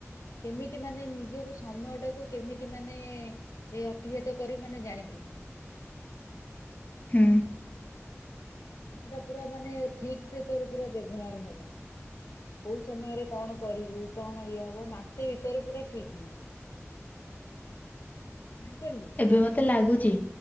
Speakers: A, on the left (about 80°); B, on the left (about 35°).
A: କେମିତି ମାନେ ନିଜକୁ ସମୟ ଟାକୁ କେମିତି ମାନେ ଏଇ ଅତିବାହିତ କରିବୁ ମାନେ ଜାଣିପାରିବୁ।
B: ହୁଁ।
A: ଖାନ ଟା ପୁରା ମାନେ ଠିକ ସେ ତୋର ପୁରା ବ୍ୟବହାର ହବ। କୋଉ ସମୟରେ କଣ କରିବୁ କଣ ଇଏ ହବ ମାସେ ଭିତରେ ପୁରା ଠିକ ହେଇଯିବ। ଯାଣି ପାରିଲୁ।
B: ଏବେ ମୋତେ ଲାଗୁଚି,